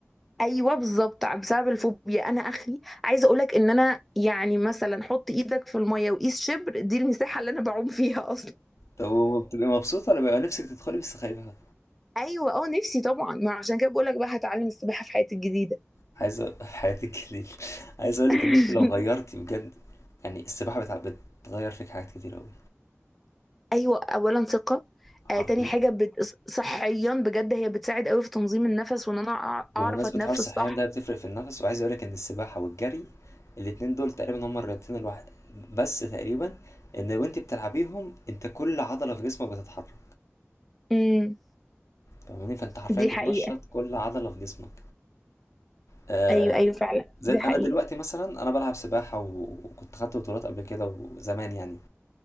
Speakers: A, in the centre; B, on the left (about 75°).
A: ايوه بالظبط بسبب الفوبيا انا اخري عايزه اقولك ان انا يعني مثلا حط ايدك في الميه وقيس شبر دي المساحه اللي انا بعوم فيها اصلا
B: طب وبتبقي مبسوطة ولا بيبقى نفسك تدخلي بس خايفة؟
A: ايوه اه نفسي طبعا ما عشان كده بقولك بقى هتعلم السباحه في حياتي الجديده
B: عايز أ- <laughs> في حياتك ليه؟ <laughs> عايز أقول
A: <laughs>
B: لك إن أنت لو غيرتي بجد يعني السباحة بتع... بتغير فيك حاجات كتير أوي
A: ايوه اولا ثقه
B: حرفيا
A: آه تاني حاجه بت... صحيا بجد هي بتساعد قوي في تنظيم النفس وان انا أع-
B: بمناسبة
A: اعرف اتنفس
B: حوار الصحيان
A: صح
B: ده بتفرق في النفس وعايز أقول لك إن السباحة والجري الاتنين دول تقريبا هما الرياضتين الواحد بس تقريبا إن وأنت بتلعبيهم أنت كل عضلة في جسمك بتتحرك
A: امم
B: فاهماني؟ فأنت حرفيا
A: دي
B: بتنشط
A: حقيقه
B: كل عضلة في جسمك آه...
A: ايوه ايوه فعلا
B: زي
A: دي
B: انا
A: حقيقه
B: دلوقتي مثلا انا بلعب سباحه و- وكنت خدت بطولات قبل كده وزمان يعني